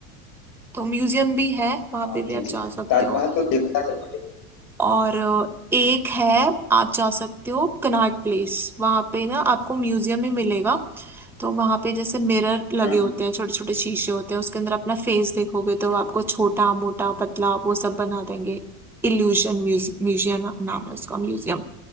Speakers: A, in the centre; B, on the left.
A: तो म्यूजियम भी है वहां
B: हाँ
A: पे
B: जी
A: भी आप
B: जी
A: जा सकते
B: ताजमहल
A: हो
B: तो देखना है मुझे
A: और एक है आप जा सकते हो कनॉट प्लेस वहां पे ना आपको म्यूजियम ही मिलेगा तो वहां पे जैसे मिरर लगे
B: हम्म
A: होते
B: हम्म,
A: हैं छोटे छोटे शीशे होते हैं उसके अंदर अपना फेस देखोगे तो वो आपको छोटा मोटा पतला वो सब बना देंगे इल्यूशन म्यूजियम नाम है उसका म्यूजियम